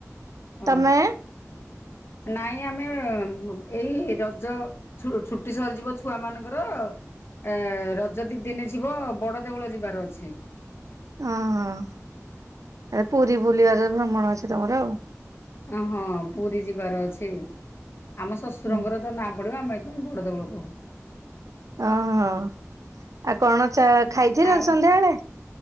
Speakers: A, on the left; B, on the right.
A: ଓ
B: ତମେ
A: ନାଇଁ ଆମେ ଏଇ ରଜ ଛୁଟି ସରିଯିବ ଛୁଆ ମାନଙ୍କର ଏ ରଜ ଦି ଦିନ ଯିବ ବଡ଼ ଦେଉଳ ଯିବାର ଅଛି।
B: ଓ ହୋ ତାହେଲେ ପୁରୀ ବୁଲିବାର ଭ୍ରମଣ ଅଛି ତମର ଆଉ।
A: ଅ ହଁ ପୁରୀ ଯିବାର ଅଛି ଆମ ଶ୍ୱଶୁରଙ୍କର
B: ଓହୋ
A: ତ ନା ପଡ଼ିବ ଆମେ ହେଇଥିପାଇଁ ଏ ବଡ଼ ଦେଉଳକୁ
B: ଓହୋ ଆଉ କଣ ଚା ଖାଇଥିଲ
A: ଆଉ
B: ସନ୍ଧ୍ୟାବେଳେ?